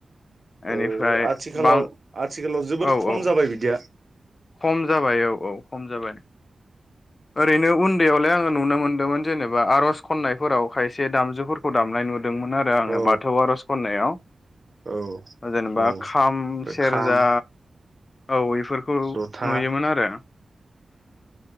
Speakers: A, on the left (about 50°); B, on the right (about 35°).
A: बेनिफ्राय
B: औ आथिखालाव
A: बां
B: आथिखालाव जोबोद
A: औ
B: खम
A: औ
B: जाबाय बिदिया।
A: खम जाबाय औ औ खम जाबाय। ओरैनो उन्दैयावलाय आङो नुनो मोनदोमोन जेनेबा आरज खननायफोराव खायसे दामजुफोरखौ दामनाय नु दोंमोन आरो आङो
B: औ
A: बाथौ आरज खन्नायाव
B: औ
A: ओ जेनेबा
B: औ
A: खाम
B: बे
A: सेरजा
B: खाम
A: औ इफोरखौ
B: जथा
A: नुयोमोन आरो